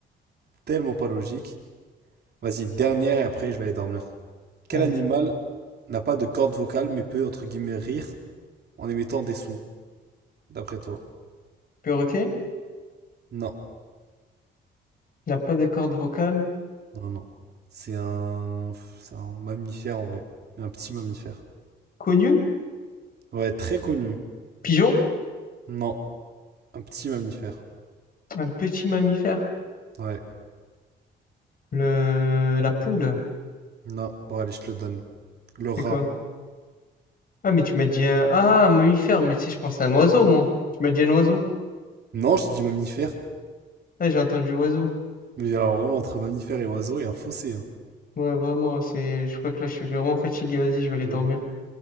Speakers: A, on the right (about 55°); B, on the left (about 45°).
A: Tellement pas logique. Vas-y, dernière et après je vais aller dormir. Quel
B: <laughs> Vas-y.
A: animal n'a pas de corde vocale mais peut, entre guillemets, rire en émettant des sons, d'après toi?
B: Perroquet?
A: Non,
B: Il n'a pas de corde vocale.
A: non, non. C'est un... C'est un mammifère en vrai. Mais un petit mammifère.
B: Connu?
A: Ouais, très connu.
B: Pigeon?
A: Non, un petit mammifère.
B: Un petit mammifère.
A: Ouais,
B: Le... La poule,
A: non. Bon, allez, je te le donne. Le rat.
B: c'est quoi? Ah mais tu m'as dit un... Ah, un mammifère, mais tu sais, je pensais à un oiseau, moi. Tu m'as dit un oiseau?
A: Non, j'ai dit mammifère.
B: Ah, j'ai entendu oiseau.
A: Mais alors vraiment, entre mammifère et oiseau, il y a un fossé, hein.
B: Ouais, vraiment, c'est... Je crois que là, je suis vraiment fatigué. Vas-y, je vais aller
A: De
B: dormir.
A: ouf.